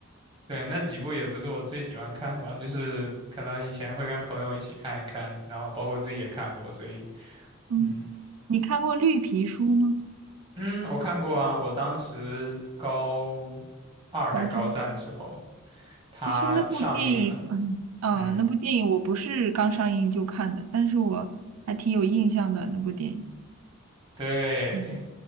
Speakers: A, on the right; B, on the right.
A: 对，那几部也不是我最喜欢看的吧，就是可能以前会跟朋友一起看一看，然后包括自己也看过，所以
B: 嗯，
A: 嗯
B: 你看过《绿皮书》吗？
A: 嗯，我看过啊，我当时高二还高三的时候，
B: 高中。
A: 它上映了，
B: 其实那部电影，嗯嗯，
A: 嗯。
B: 呃那部电影我不是刚上映就看的，但是我还挺有印象的那部电影。
A: 对，
B: 嗯，